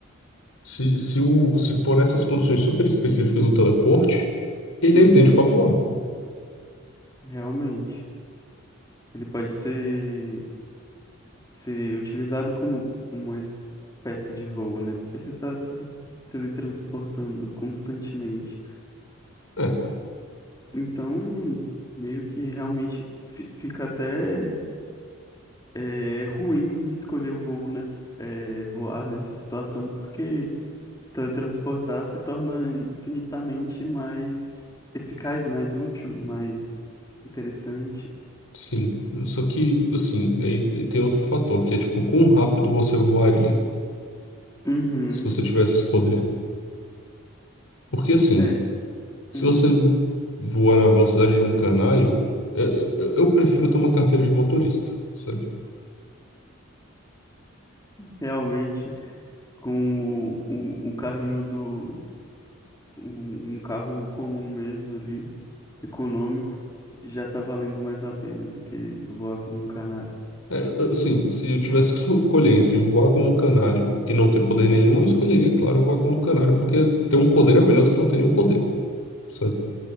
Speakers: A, on the left; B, on the left.
A: se, se, o, se for essas condições super específicas do teleporte, ele
B: uhum,
A: é idêntico a voar.
B: realmente. Ele pode ser, ser utilizado como uma espécie de voo, né? Porque você está se teletransportando constantemente.
A: É,
B: Então, meio que realmente fi- fica até. É ruim escolher o voo nessa, é, voar nessa situação, porque teletransportar se torna infinitamente mais eficaz, mais útil, mais interessante.
A: sim. Só que, assim, aí tem outro fator, que é tipo, quão rápido você voaria
B: Uhum.
A: se você tivesse esse poder. Porque assim,
B: É, s-
A: se
B: hum.
A: você voa na velocidade de um canário, é, é, eu eu prefiro ter uma carteira de motorista, sabe?
B: Realmente, com o, o, o carrinho do. Um, um carro comum mesmo ali, econômico, já tá valendo mais a pena do que voar como um canário.
A: É, é, assim, se eu tivesse que escolher entre voar como um canário e não ter poder nenhum, eu escolheria, claro, voar como um canário, porque ter um poder é melhor do que não ter nenhum poder, sabe?